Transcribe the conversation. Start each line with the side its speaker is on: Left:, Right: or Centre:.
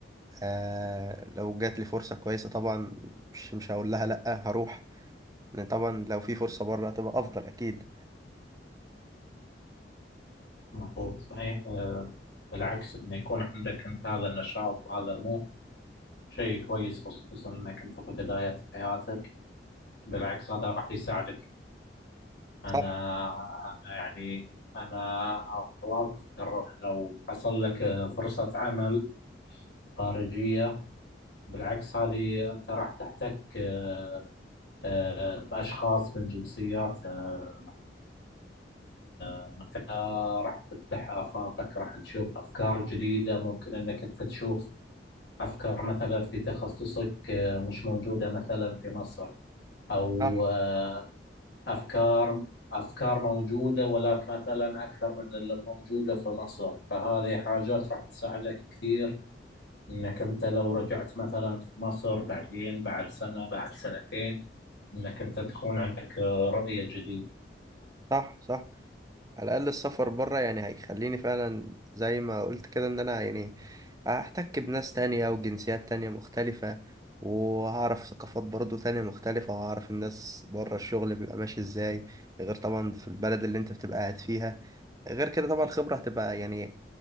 Right: آه لو جات لي فرصة كويسة طبعا مش مش هقول لها لا هروح لان طبعا لو في فرصة بره هتبقى افضل اكيد
Left: مظبوط صحيح آه بالعكس أن يكون عندك أنت هذا النشاط وهذا طموح شيء كويس خصوصا أنك أنت في بداية حياتك بالعكس هذا راح يساعدك أنا
Right: صح
Left: أنا يعني أنا أوافق لو حصل لك آه، فرصة عمل خارجية بالعكس هذه أنت راح تحتك آه، آه، بأشخاص من جنسيات آه، انت راح تفتح آفاقك راح تشوف أفكار جديدة ممكن أنك أنت تشوف أفكار مثلا في تخصصك آه، مش موجودة مثلا في مصر أو
Right: صح
Left: آه، أفكار أفكار موجودة ولكن مثلا أكثر من اللي موجودة في مصر فهذه حاجات راح تساعدك كثير أنك أنت لو رجعت مثلا في مصر بعدين بعد سنة بعد سنتين أنك أنت تكون عندك آه، رؤية جديدة
Right: صح صح على الأقل السفر بره يعني هيخليني فعلا زي ما قلت كده إن أنا يعني هحتك بناس تانية وجنسيات تانية مختلفة وهعرف ثقافات برضو تانية مختلفة وهعرف الناس بره الشغل بيبقى ماشي إزاي غير طبعا في البلد اللي أنت بتبقى قاعد فيها غير كده طبعا الخبرة هتبقى يعني